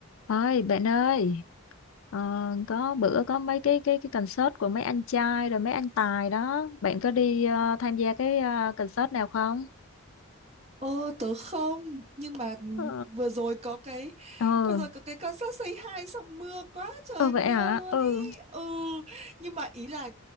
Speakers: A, on the left; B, on the right.
A: ơi bạn ơi, ờ, có bữa có mấy cái cái cái concert của mấy anh trai rồi mấy anh tài đó, bạn có đi ờ, tham gia cái ờ, concert nào không?
B: Ờ tớ không Nhưng mà
A: Ờ,
B: vừa rồi có cái
A: ừ,
B: Vừa rồi có cái concert Say Hi Xong mưa quá trời
A: ừ vậy
B: mưa
A: hả?
B: luôn
A: Ừ.
B: ý Ừ Nhưng mà ý là